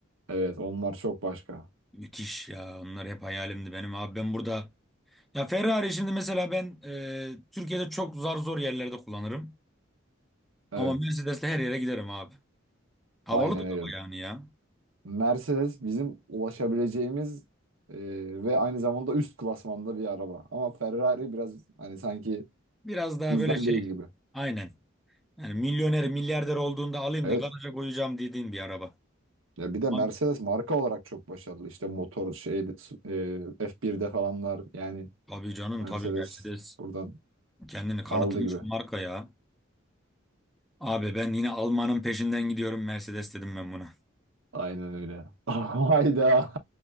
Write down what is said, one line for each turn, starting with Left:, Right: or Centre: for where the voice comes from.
Right: Evet onlar çok başka.
Centre: Müthiş ya. Onlar hep hayalimdi benim abi. Ben burada Ya Ferrari şimdi mesela ben e, Türkiye'de çok zar zor yerlerde kullanırım.
Right: Evet.
Centre: Ama Mercedes'le her yere giderim abi. Havalı
Right: Aynen
Centre: da araba
Right: öyle.
Centre: yani ya.
Right: Mercedes bizim ulaşabileceğimiz e, ve aynı zamanda üst klasmanda bir araba. Ama Ferrari biraz hani sanki
Centre: Biraz daha
Right: bizden
Centre: böyle şey.
Right: değil gibi.
Centre: Aynen. Yani milyoner, milyarder olduğunda alayım
Right: Evet.
Centre: da garaja koyacağım dediğin bir araba.
Right: Ya bir de Mercedes
Centre: Ama
Right: marka olarak çok başarılı. İşte motor şey e, F1'de falanlar yani
Centre: Tabii canım
Right: Mercedes
Centre: tabii Mercedes.
Right: buradan
Centre: Kendini kanıtlamış
Right: aldı gibi.
Centre: bir marka ya. Abi ben yine Alman'ın peşinden gidiyorum Mercedes dedim ben buna.
Right: Aynen öyle. <laughs> Hayda.